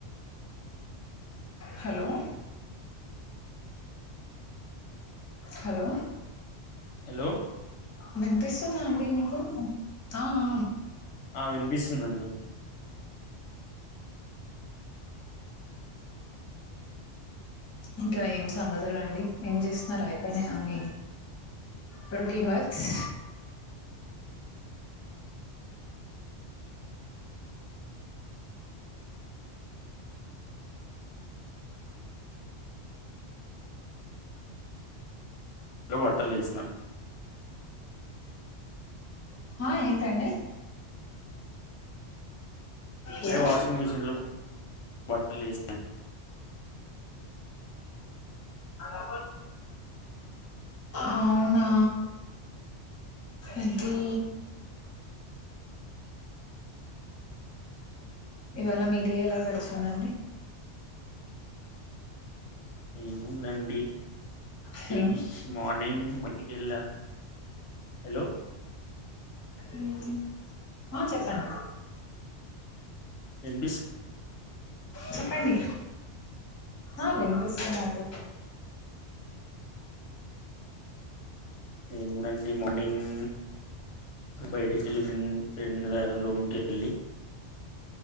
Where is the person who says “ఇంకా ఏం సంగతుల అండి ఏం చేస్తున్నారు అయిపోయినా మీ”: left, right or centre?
Left